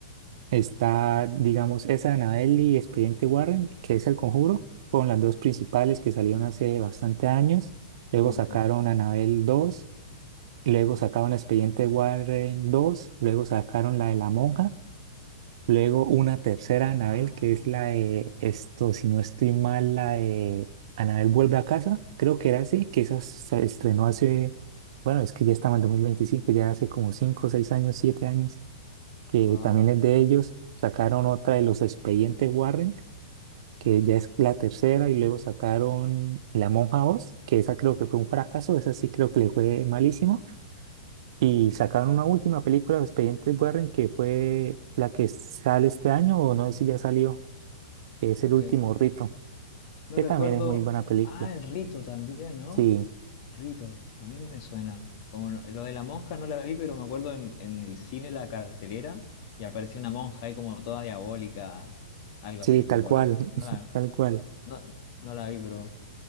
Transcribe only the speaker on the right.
Está, digamos, esa de Annabelle y Expediente Warren, que es El Conjuro, con las dos principales que salieron hace bastante años. Luego
sacaron Annabelle dos Luego sacaron el expediente Warren dos, luego sacaron la de la monja, luego una tercera Anabel,
que es la de esto, si no estoy mal, la de Anabel vuelve a casa, creo que era así, que esa se estrenó hace, bueno, es que ya estaba en 2025, ya hace como 5 6 años, 7 años, que
también es de ellos. Sacaron otra de los expedientes Warren, que ya es la tercera, y luego sacaron La Monja dos que esa creo que fue un fracaso, esa sí creo que le fue malísimo. Y sacaron una última película de Expedientes Warren que fue la que sale este año, o no sé si ya salió, que es
El Último Rito,
que
también es muy buena película.
Sí,
sí,
tal
cual, <laughs>
tal cual.